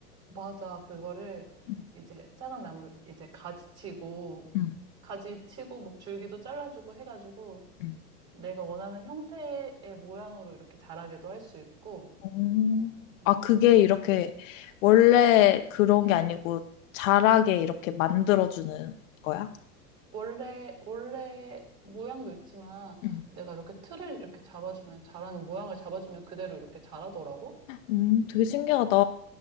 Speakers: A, on the right; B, on the left.
A: 맞아. 그거를
B: 응,
A: 이제 작은 나무를 이제 가지치고,
B: 응,
A: 가지치고, 뭐 줄기도 잘라주고 해가지고,
B: 응.
A: 내가 원하는 형태의 모양으로 이렇게 자라게도 할 수 있고,
B: 음.
A: 어, 응,
B: 아, 그게 이렇게 원래 그런 게 아니고
A: 응.
B: 자라게 이렇게 만들어주는 거야?
A: 원래, 원래 모양도 있지만,
B: 응.
A: 내가 이렇게 틀을 이렇게 잡아주면, 자라는 모양을 잡아주면 그대로 이렇게 자라더라고?
B: 음, 되게 신기하다.
A: 응,